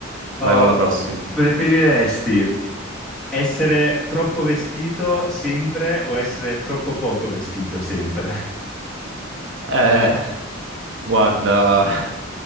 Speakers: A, on the right (about 80°); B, in the centre.
A: vai con
B: Uh,
A: la prossima.
B: preferiresti essere troppo vestito sempre o essere troppo poco vestito sempre? <laughs>
A: Eh, guarda,